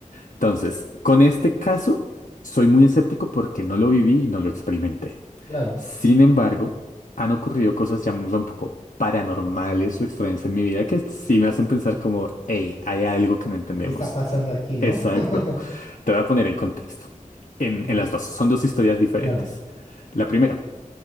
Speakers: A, on the left; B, on the left.
A: Entonces, con este caso soy muy escéptico porque no lo viví y no lo experimenté.
B: claro.
A: Sin embargo, han ocurrido cosas, llamémoslo un poco paranormales o extrañas en mi vida que sí me hacen pensar como, hey, hay algo que no entendemos.
B: ¿Qué está pasando aquí, no?
A: Exacto.
B: <laughs>
A: Te voy a poner en contexto. En,
B: Ujú,
A: en las dos, son dos historias diferentes.
B: Claro.
A: La primera,